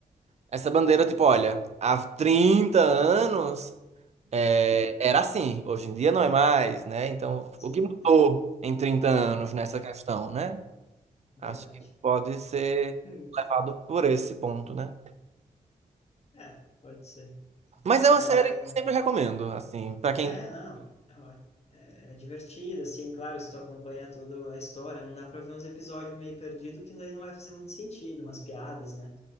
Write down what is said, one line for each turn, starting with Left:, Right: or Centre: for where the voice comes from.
Right: essa bandeira, tipo, olha, há 30 anos é, era assim, hoje em dia não é mais, né? Então,
Left: Sim,
Right: o que mudou
Left: né?
Right: em 30 anos nessa questão, né?
Left: Verdade.
Right: Acho que pode ser
Left: <laughs>
Right: levado por esse ponto, né?
Left: É, pode ser.
Right: Mas é
Left: Mas
Right: uma série
Left: é.
Right: que eu sempre recomendo, assim, pra quem.
Left: É, não. É, ó- é é divertido, assim, claro, se tu acompanhar toda a história, não dá pra ver uns episódios meio perdido que daí não vai fazer muito sentido, umas piadas, né?